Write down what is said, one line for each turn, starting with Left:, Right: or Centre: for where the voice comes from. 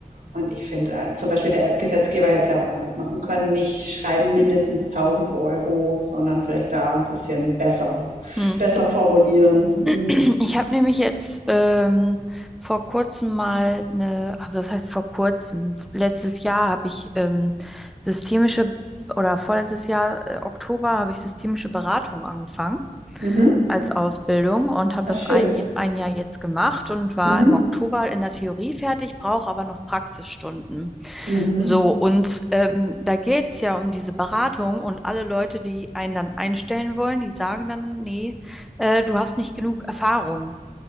Right: Und ich finde, äh, zum Beispiel der Gesetzgeber hätte es ja auch anders machen können. Nicht schreiben mindestens 1000 Euro, sondern vielleicht da ein bisschen besser,
Centre: Hm.
Right: besser formulieren. Mhm.
Centre: Ich habe nämlich jetzt ähm, vor kurzem mal eine, also das heißt vor kurzem, letztes Jahr habe ich ähm, systemische oder vorletztes Jahr, äh, Oktober, habe ich systemische Beratung angefangen
Right: Mhm.
Centre: als Ausbildung und habe
Right: Ah,
Centre: das
Right: schön.
Centre: ein, Ja- ein Jahr jetzt gemacht und war
Right: Mhm.
Centre: im Oktober in der Theorie fertig, brauche aber noch Praxisstunden.
Right: Mhm.
Centre: So, und ähm, da geht's ja um diese Beratung und alle Leute, die einen dann einstellen wollen, die sagen dann, nee, äh, du hast nicht genug Erfahrung.